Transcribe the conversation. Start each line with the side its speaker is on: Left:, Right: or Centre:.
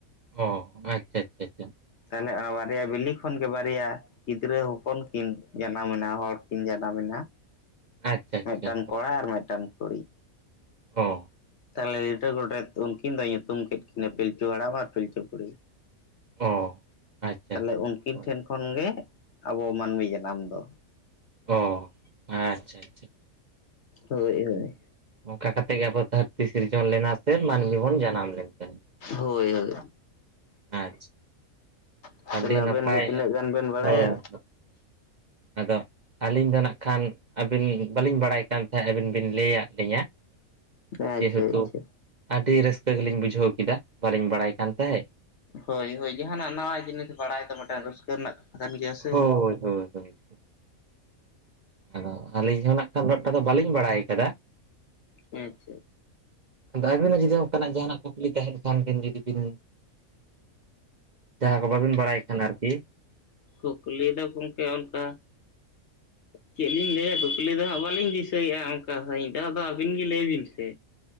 Right: ᱚ ᱟᱪ-ᱪᱷᱟ -ᱟᱪᱷᱟ -ᱟᱪᱷᱟ ᱾
Left: ᱛᱟᱦᱞᱮ ᱚᱱᱟ ᱵᱟᱨᱭᱟ ᱵᱤᱞᱤ ᱠᱷᱚᱱ ᱜᱮ ᱵᱟᱨᱭᱟ ᱜᱤᱫᱽᱨᱟᱹ ᱦᱚᱯᱚᱱ ᱠᱤᱱ ᱡᱟᱱᱟᱢᱱᱟ ᱦᱚᱲᱠᱤᱱ ᱡᱟᱱᱟᱢᱱᱟ
Right: ᱟᱪᱪᱷᱟ ᱟᱪᱪᱷᱟ ᱟᱪᱪᱷᱟ
Left: ᱢᱤᱫᱴᱟᱱ ᱠᱚᱲᱟ ᱟᱨ ᱢᱤᱫᱴᱟᱱ ᱠᱩᱲᱤ
Right: ᱚᱻ ᱾
Left: ᱛᱟᱦᱞᱮ ᱞᱤᱴᱟᱹ ᱜᱚᱰᱮᱛ‌ ᱩᱱᱠᱤᱱ ᱫᱚᱭ ᱧᱩᱛᱩᱢ ᱠᱮᱫ ᱠᱤᱱᱟᱹ ᱯᱤᱞᱪᱩ ᱦᱟᱲᱟᱢ ᱟᱨ ᱯᱤᱞᱪᱩ ᱵᱩᱲᱦᱤ᱾
Right: ᱚ ᱟᱪᱪᱷᱟ
Left: ᱛᱟᱦᱞᱮ
Right: ᱟᱪᱪᱷᱟ
Left: ᱩᱱᱠᱤᱱ
Right: ᱦᱳᱭ
Left: ᱴᱷᱮᱱ ᱠᱷᱚᱱ ᱜᱮ ᱟᱵᱚ ᱢᱟᱱᱢᱤ ᱡᱟᱱᱟᱢ ᱫᱚ᱾
Right: ᱚ ᱟᱪᱪᱷᱟ ᱟᱪᱪᱷᱟ
Left: ᱦᱳᱭ ᱦᱳᱭ᱾
Right: ᱚᱱᱠᱟ ᱠᱟᱛᱮᱜ ᱜᱮ ᱟᱵᱚ ᱫᱷᱟᱹᱨᱛᱤ ᱥᱤᱨᱡᱚᱱ ᱞᱮᱱᱟ ᱥᱮ ᱢᱟᱹᱱᱢᱤ ᱵᱚᱱ ᱡᱟᱱᱟᱢ ᱞᱮᱱ ᱛᱮ᱾
Left: ᱦᱳᱭ ᱦᱳᱭ
Right: ᱟᱪᱷᱟ
Left: ᱛᱟᱦᱚᱞᱮ
Right: ᱟᱹᱰᱤ
Left: ᱟᱵᱮᱱ
Right: ᱱᱟᱯᱟᱭ
Left: ᱜᱮ ᱛᱤᱱᱟᱹᱜ ᱜᱟᱱ ᱵᱮᱱ ᱵᱟᱲᱟᱭᱟ
Right: ᱦᱳᱭ <inaudible> ᱟᱫᱚ ᱟᱹᱞᱤᱧ ᱫᱚ ᱱᱟᱜ ᱠᱷᱟᱱ ᱟᱹᱵᱤᱱ ᱵᱟᱹᱞᱤᱧ ᱵᱟᱲᱟᱭ ᱠᱟᱱ ᱛᱟᱦᱮᱸᱫ ᱟᱹᱵᱤᱱ ᱵᱤᱱ ᱞᱟᱹᱭᱟᱫ ᱞᱤᱧᱟᱹ
Left: ᱟᱪᱪᱷᱟ
Right: ᱡᱮᱦᱮᱛᱩ
Left: ᱟᱪᱪᱷᱟ
Right: ᱟᱹᱰᱤ ᱨᱟᱹᱥᱠᱟᱹ ᱜᱮᱞᱤᱧ ᱵᱩᱡᱷᱟᱹᱣ ᱠᱮᱫᱟ ᱵᱟᱹᱞᱤᱧ ᱵᱟᱲᱟᱭ ᱠᱟᱱ ᱛᱟᱦᱮᱸᱫ᱾
Left: ᱦᱳᱭ ᱦᱳᱭ ᱡᱟᱦᱟᱱᱟᱜ ᱱᱟᱣᱟ ᱡᱤᱱᱤᱥ ᱵᱟᱲᱟᱭ ᱫᱚ ᱢᱤᱫᱴᱟᱝ ᱨᱟᱹᱥᱠᱟᱹ ᱨᱮᱱᱟᱜ ᱠᱟᱱ ᱜᱮᱭᱟ ᱥᱮ
Right: ᱦᱳᱭ ᱦᱳᱭ ᱦᱭ ᱟᱫᱚ ᱟᱹᱞᱤᱧ ᱦᱚᱸ ᱱᱟᱜ ᱠᱷᱟᱱ ᱩᱱᱟᱹᱜ ᱴᱟᱜᱫᱚ ᱵᱟᱹᱞᱤᱧ ᱵᱟᱲᱟᱭ ᱠᱟᱫᱟ
Left: ᱟᱪᱷᱟ
Right: ᱟᱫᱚ ᱟᱹᱵᱤᱱᱟᱜ ᱡᱩᱫᱤ ᱚᱱᱠᱟᱱᱟᱜ ᱡᱟᱦᱟᱱᱟᱜ ᱠᱩᱠᱞᱤ ᱛᱟᱦᱮᱱ ᱠᱷᱟᱱ ᱵᱤᱱ ᱡᱩᱫᱤ ᱵᱤᱱ ᱡᱟᱦᱟᱸ ᱠᱚ ᱵᱟᱹᱵᱤᱱ ᱵᱟᱲᱟᱭ ᱠᱷᱟᱱ ᱟᱨᱠᱤ
Left: ᱠᱩᱠᱞᱤ ᱫᱚ ᱜᱚᱝᱠᱮ ᱚᱱᱠᱟ ᱪᱮᱫ ᱞᱤᱧ ᱞᱟᱹᱭᱟ ᱠᱩᱠᱞᱤ ᱫᱚ ᱵᱟᱹᱞᱤᱧ ᱫᱤᱥᱟᱹᱭᱮᱫ-ᱟ ᱚᱱᱠᱟ ᱦᱚᱭ ᱫᱚ ᱟᱫᱚ ᱟᱹᱵᱤᱱ ᱜᱮ ᱞᱟᱹᱭ ᱵᱤᱱ ᱥᱮ᱾